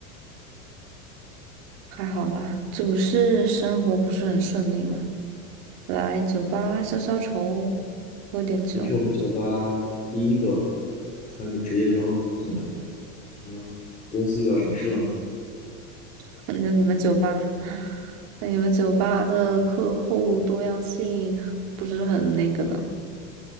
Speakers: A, on the right; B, on the left.
A: 还好啦，这不是生活不是很顺利吗？来酒吧消消愁，喝点酒。
B: 你是我们酒吧第一个穿着职业装进来的，怎么了？公司遇到什么事了吗？
A: <laughs> 那你们酒吧，<laughs> 那你们酒吧的客户多样性不是很那个呢？